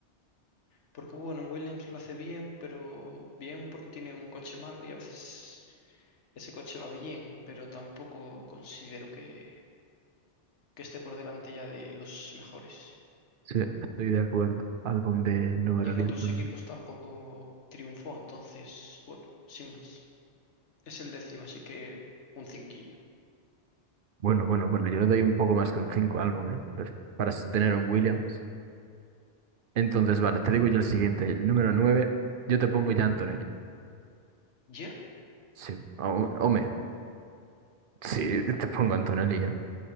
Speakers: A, on the left; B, on the right.
A: Porque bueno, en Williams lo hace bien, pero bien porque tiene un coche malo y a veces ese coche va bien, pero tampoco considero que, que esté por delante ya de los mejores.
B: Sí, estoy de acuerdo. Álbum de número
A: Y en
B: diez
A: otros
B: ¿no?
A: equipos tampoco triunfó, entonces, bueno, sin más. Es el décimo, así que un cinquillo.
B: Bueno, bueno, bueno, yo le doy un poco más que un 5 álbum, ¿eh? Para tener un Williams. Entonces, vale, te digo yo el siguiente, el número 9, yo te pongo ya Antonelli.
A: ¿Ya?
B: Sí, o- hombre, sí, <laughs> te pongo Antonelli ya.